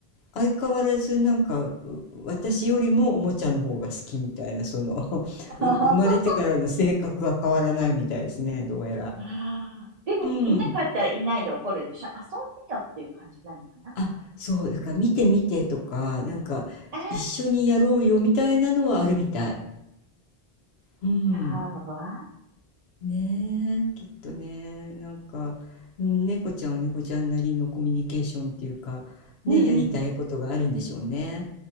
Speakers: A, on the left (about 80°); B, on the right (about 50°).
A: 相変わらずなんか、う私よりもおもちゃの方が好きみたいな、その <laughs>、
B: <laughs>
A: う生まれてからの性格は変わらないみたいですね、どうやら。
B: ああ、でも、
A: うん。
B: いなかったらいないで怒るでしょ。遊んでよっていう感じなのかな。
A: あ、そう、だから見て見てとか、なんか一緒にやろうよみたいなのはあるみたい。
B: あ
A: うん。
B: あ、ああ、
A: ねえ、きっとね、なんか、うん猫ちゃんは猫ちゃんなりのコミュニケーションっていうか、ね、
B: うん、
A: やりたいことがあるんでしょうね。
B: うん。